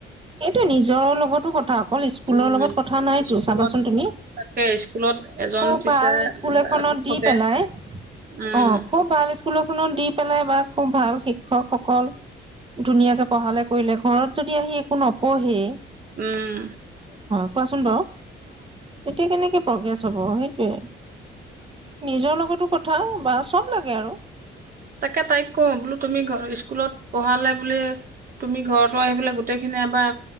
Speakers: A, on the right; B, on the right.
A: এইটো নিজৰৰ লগতো কথা অকল স্কুলৰ
B: উম,
A: লগত কথা নাইতো
B: স্কুলত
A: চাবাচোন তুমি
B: তাকে স্কুলত এজন
A: খুব
B: টিচাৰ
A: ভাল স্কুল
B: বা
A: এখনত
B: শিক্ষকে
A: দি পেলাই অ
B: উম,
A: খুব ভাল স স্কুল এখনত দি পেলাই বা খুব ভাল শিক্ষকসকল ধুনীয়াকে পঢ়ালে কৰিলে ঘৰত যদি আহি নপঢ়ি
B: উম
A: কোৱাচোন বাৰু এতিয়া কেনেকে প্ৰগ্ৰেছ হব সেই নিজৰ লগতো কথা বা চব লাগে আৰু
B: তাকে তাইক কওঁ। বোলো, তুমি স্কুলত পঢ়ালে বুলিয়েই তুমি ঘৰত আহি পেলাই গোটেইখিনি এবাৰ